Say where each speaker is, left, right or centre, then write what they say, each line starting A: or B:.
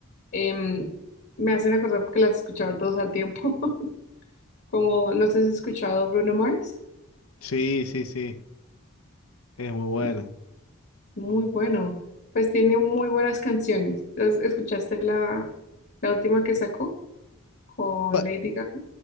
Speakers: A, on the left; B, on the left.
A: em, me hacen acordar porque las escuchaba todos al tiempo, <laughs> como, no sé si has escuchado Bruno Mars,
B: Sí, sí, sí. Es muy buena.
A: Entonces, muy bueno, pues tiene muy buenas canciones, ¿Las- ¿escuchaste la, la última que sacó con
B: Bueno,
A: Lady Gaga?